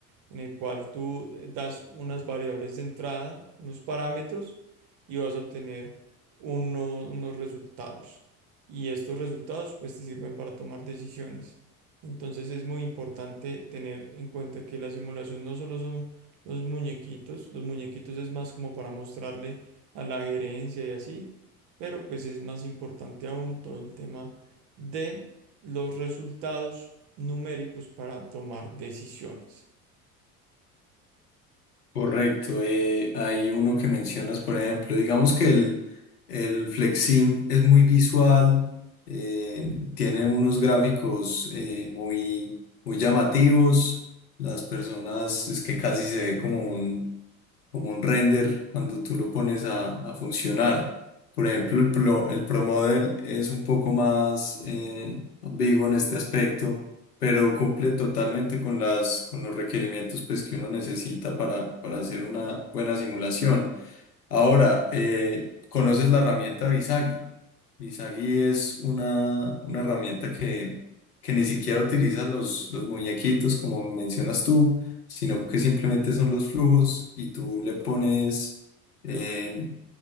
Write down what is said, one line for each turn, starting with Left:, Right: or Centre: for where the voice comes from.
Right: en el cual tú das unas variables de entrada, unos parámetros, y vas a obtener uno- unos resultados. Y estos resultados pues te sirven para tomar decisiones. Entonces es muy importante tener en cuenta que la simulación no solo son los muñequitos, los muñequitos es más como para mostrarle a la gerencia y así, pero pues es más importante aún todo el tema de los resultados numéricos para tomar decisiones.
Left: Correcto. eh, hay uno que mencionas, por ejemplo, digamos que el, el FlexSim es muy visual, eh, tiene unos gráficos eh, muy, muy llamativos. Las personas es que casi se ve como un como un render cuando tú lo pones a, a funcionar. Por ejemplo, el Pro, el Pro Model es un poco más eh, ambiguo en este aspecto, pero cumple totalmente con las, con los requerimientos pues, que uno necesita para, para hacer una buena simulación. Ahora, eh, ¿conoces la herramienta Visagi? Visagi es una, una herramienta que, que ni siquiera utiliza los, los muñequitos, como mencionas tú, sino que simplemente son los flujos y tú le pones eh,